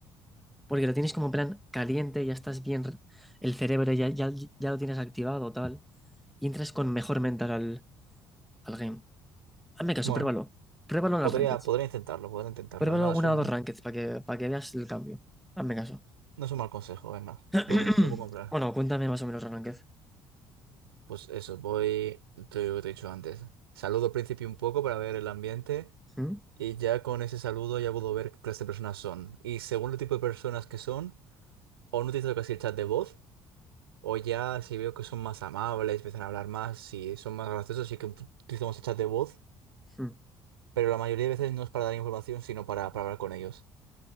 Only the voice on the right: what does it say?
Bueno,
podría,
podría intentarlo, podría intentarlo.
No es
un,
No es un mal consejo, venga,
te lo, te lo puedo comprar.
Pues eso, voy, te lo he dicho antes. Saludo al principio un poco para ver el ambiente
y ya con ese saludo ya puedo ver qué clase de personas son. Y según el tipo de personas que son, o no utilizo casi el chat de voz, o ya si veo que son más amables, empiezan a hablar más, si son más graciosos, sí que utilizamos el chat de voz,
pero la mayoría de veces no es para dar información, sino para, para hablar con ellos.